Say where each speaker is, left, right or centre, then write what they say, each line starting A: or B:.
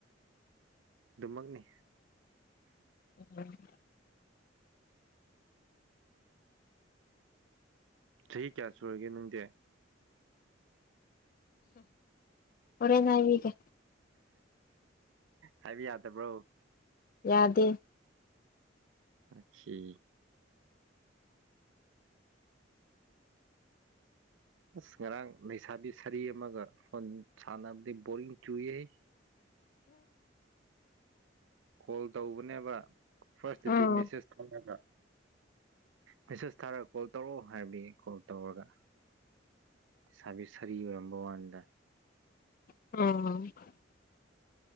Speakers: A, on the right; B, on the left.
A: ꯑꯗꯨꯃꯛꯅꯤ
B: ꯎꯝ
A: ꯆꯍꯤ ꯀꯌꯥ ꯁꯨꯔꯒꯦ ꯅꯨꯡꯗꯤ
B: ꯑꯣꯔꯦꯅ ꯍꯥꯏꯒ
A: ꯍꯥꯏꯕ ꯌꯥꯗꯕ꯭ꯔꯣ
B: ꯌꯥꯗꯦ
A: ꯑꯆꯦ ꯑꯁ ꯉꯔꯥꯡ ꯂꯩꯩꯁꯥꯕꯤ ꯁꯔꯤ ꯑꯃꯒ ꯐꯣꯟ ꯁꯥꯟꯅꯕꯗ ꯕꯣꯔꯤꯡ ꯆꯨꯌꯦ <inaudible> ꯀꯣꯜ ꯇꯧꯕꯅꯦꯕ ꯐꯔꯁꯗꯤ
B: ꯎꯝ
A: ꯃꯦꯁꯦꯁ ꯊꯅ ꯃꯦꯁꯦꯁ ꯊꯥꯔꯒ ꯀꯣꯜ ꯇꯧꯔꯛꯑꯣ ꯍꯥꯏꯔꯕꯤ ꯀꯣꯜ ꯇꯧꯔꯒ ꯏꯁꯥꯕꯤ ꯁꯥꯔꯤ ꯌꯔꯝꯕ ꯋꯥꯟꯗ
B: ꯑ